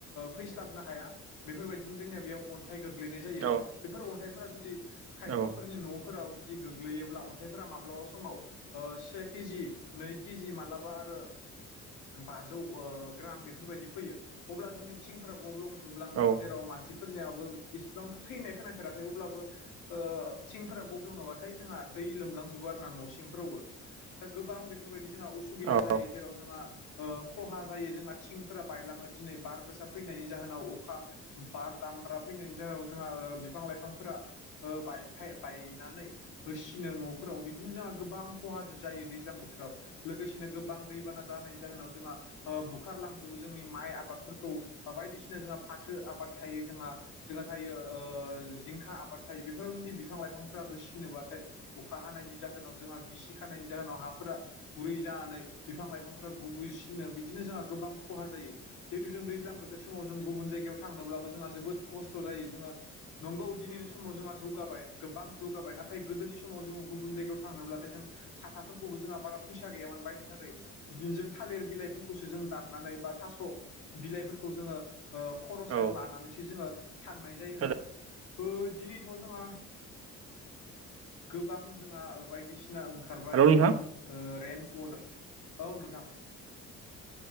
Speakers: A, on the left; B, on the right.
A: फैस्लाबनो हाया बेफोरबायदिनो जोंनिया बेयाव अन्थाइ गोग्लैनाय जायो।
B: औ
A: बेफोर अन्थाइफोरा जुदि खायफाफोरनि
B: औ
A: न'फोराव जुदि गोग्लैयोब्ला अन्थाइफोरा माब्लाबा समाव ओ से केजि नै केजि मालाबा आरो बाजौ ग्राम बेफोरबायदि फैयो, अब्ला जोंनि थिंफोरााव गब्लंजोबलाङो
B: औ
A: जेराव मानसिफोरनियाबो इसिबांथ' थैनायखौ नायफेराखै अब्लाबो ओ थिंफोरा गब्लोङाब्लाथाय जोंहा दै लोमलांजोबो आरो ना न' सिंफोरावबो। दा गोबां बेफोरबायदि जोंहा उसुबिदा
B: औ
A: जायो
B: औ
A: जेराव जोंहा ओ खहा जायो जोंहा थिंफोरा बायलाङो दिनै बार गोसा फैनायनि जाहोनाव अखा बार दामब्रा फैनायनि जाहोनाव जोंहा बिफां लाइफांफोरा बायफ बायनानै होसिनो न'फोराव बिदिनो जोंहा गोबां खहा जायो दैज्लां बोथोराव। लोगोसेनो गोबां दैबाना जाहोनायनि जाहोनाव जोंहा बुखारलांजोबो जोंनि माइ आबादफोरखौ बा बायदिसिना जोंहा फाथो आबाद थायो जोंहा जोंहा थायो जिंखा आबाद थायो बेफोराव जुदि बिफां लाइफांफोरा होसिनोबाथाय अखा हानायनि जाहोनाव जोंहा गिसि खानायनि जाहोनाव हाफोरा गुरै जानानै बिफां लाइफांफ्रा गुबैसिनो बिदिनो जोंहा गोबां खहा जायो। जिहेतु जों दैज्लां बोथोर समाव जों गुबुन जायगायाव थांनोब्लाबो जोंहा जोबोद खस्थ' जायो, जोङो नंगौ दिनैनि समाव जोंहा जौगाबाय गोबां जौगाबाय नाथाय गोदोनि समाव जोङो गुबुन जायगायाव थांनोब्लाथाय जों साथाफोरखौबो जोंहा बारा फैसा गैयामोन बायनो थाखाय बिदिनो जों थालिर बिलाइफोरखौसो जों दाननानै बा थास' बिलाइफोरखौ जोङो खर'सायाव
B: औ
A: लानानैसो जोङो थांनाय जायोमोन
B: हेल'
A: दिनैथ' जोंहा गोबां जोंहा बायदिसिना ओंखारबाय।
B: नोंथां
A: रेनक'ट औ नोंथां।